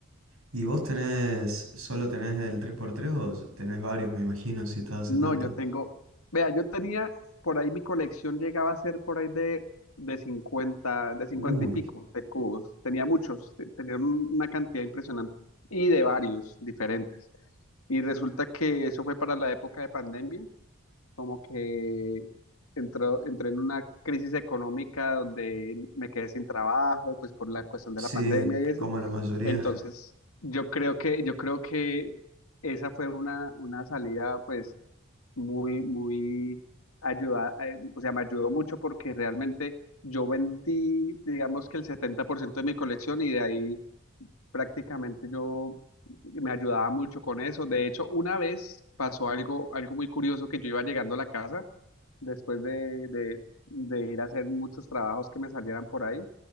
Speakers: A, on the right; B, on the left.
A: ¿Y vos tenés, solo tenés el tres por tres o tenés varios, me imagino, si estás hace
B: No,
A: tanto?
B: yo tengo, vea, yo tenía, por ahí mi colección llegaba a ser por ahí de, de cincuenta de cincuenta
A: Uy,
B: y pico de cubos. Tenía muchos, te- tenía un- una cantidad impresionante y de varios diferentes. Y resulta que eso fue para la época de pandemia, como que entró, entré en una crisis económica donde me quedé sin trabajo, pues por la cuestión de
A: sí,
B: la pandemia y eso.
A: como la mayoría.
B: Entonces, yo creo que, yo creo que esa fue una, una salida, pues muy, muy ayuda, eh, o sea, me ayudó mucho porque realmente yo vendí, digamos que el 70% de mi colección y de ahí prácticamente yo me ayudaba mucho con eso. De hecho, una vez pasó algo, algo muy curioso que yo iba llegando a la casa después de, de, de ir a hacer muchos trabajos que me salieran por ahí